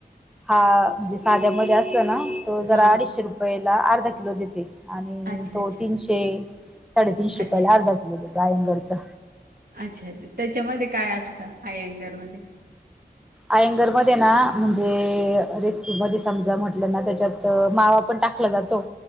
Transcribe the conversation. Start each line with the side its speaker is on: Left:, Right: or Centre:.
Centre: हा म्हणजे साध्यामध्ये असत ना तो जरा
Right: हां
Centre: अडीचशे रुपयेला अर्धा किलो देते आणि
Right: अच्छा
Centre: तो
Right: अच्छा
Centre: तीनशे साडेतीीनशे रुपयाला
Right: अच्छा
Centre: अर्धा तुम कायंघरचा
Right: अच्छा अच्छा त्याच्यामध्ये काय असतं आय एंगरमध्येध्ये
Centre: आयंगर मध्ये ना म्हणजे र क म समजा म्हटलं ना त्याच्यात मावा पण टाकला जातो